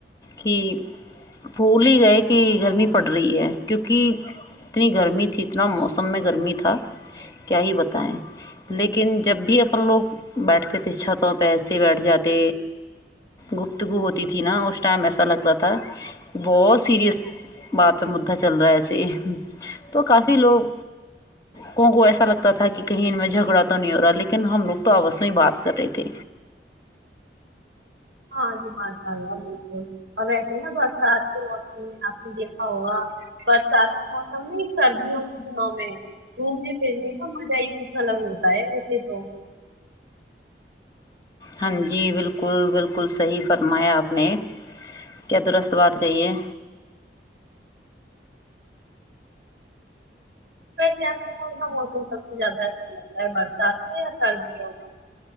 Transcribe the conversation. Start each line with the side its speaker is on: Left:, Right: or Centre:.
Left: کہ بھول ہی گئے کہ گرمی پڑ رہی ہے کیونکہ اتنی گرمی تھی اتنا موسم میں گرمی تھا کیا ہی بتائےیں لیکن جب بھی اپنے بیٹھتے تھ چھتوں پیسے بیٹھ جاتے گفتگو ہوتی تھی نا اس ٹائم ایسا لگتا تھا بہت سیریس بات پ مدح چل رہا ہے ایسے تو کافی لوگ کو کو ایسا لگتا تھا کہ کہیں ان میں جھگڑا تو نہیں ہو رہا لیکن ہم لوگ تو آپس میں ہی بات کر رہے تھے
Right: ہاں جی مشاء اللہ بالکل اور ایسے نا برسات کے موسم میں آپ نے دیکھا ہوگا برسات کا موسم میں سردیوں کے دنوں میں گھومنے پھرنے کا مزہ ہی کچھ الگ ہوتا ہے ویسے تو
Left: ہاں جی بالکل بالکل صحیح فرمایا آپ نے کیا درست بات کہی ہے
Right: ویسے آپ کو کون سا موسم سب سے زیادہ اچھا لگتا ہے برسات کا یا سردیوں کا